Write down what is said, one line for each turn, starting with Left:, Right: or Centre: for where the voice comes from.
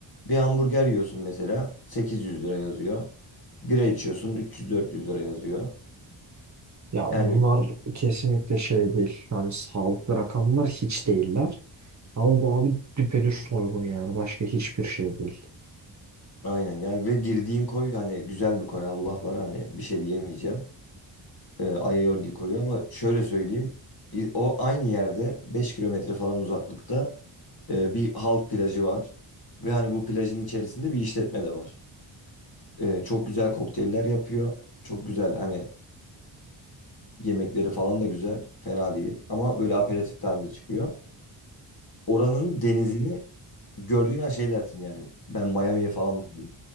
Left: Bir hamburger yiyorsun mesela 800 lira yazıyor. Bira içiyorsun üç yüz dört yüz lira yazıyor.
Right: Ya
Left: Yani
Right: bunlar kesinlikle şey değil. Yani sağlıklı rakamlar hiç değiller. Ama bu abi düpedüz soygun yani. Başka hiçbir şey değil.
Left: aynen yani ve girdiğin koy hani güzel bir koy Allah var hani bir şey diyemeyeceğim. e, aerogel koyuyor ama şöyle söyleyeyim i- o aynı yerde 5 kilometre falan uzaklıkta e, bir halk plajı var ve hani bu plajın içerisinde bir işletme de var. E, çok güzel kokteyller yapıyor. Çok güzel hani yemekleri falan da güzel. Fena değil ama böyle aperatif tarzı çıkıyor. Oranın denizini gördüğün an şey dersin yani ben Miami'ye falan mı gidiyorum?